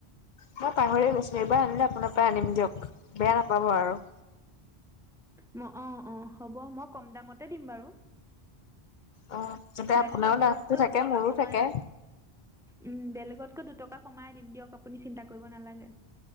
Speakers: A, on the left (about 55°); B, in the centre.
A: মই পাহৰি গৈছোঁ এইবাৰ আনিলে আপোনাৰ পৰাই আনিম দিয়ক, বেয়া নাপাব আৰু।
B: ম- অ', অ', হ'ব মই কম দামতে দিম বাৰু।
A: অ যাতে
B: বেলেগত
A: আপোনাৰো
B: দিয়াতকৈ
A: লাভটো থাকে
B: দুটকা
A: মোৰো
B: কমাই।
A: থাকে
B: উম, বেলেগতকৈ দুটকা কমাই দিম দিয়ক আপুনি চিন্তা কৰিব নালাগে।